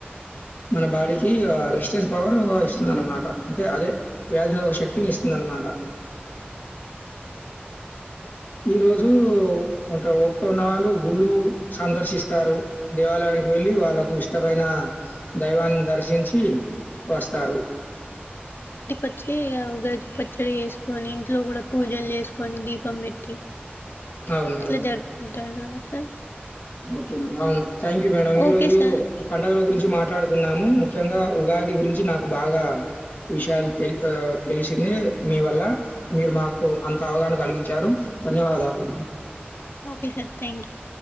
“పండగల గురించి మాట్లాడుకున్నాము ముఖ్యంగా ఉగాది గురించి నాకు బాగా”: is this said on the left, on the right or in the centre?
Left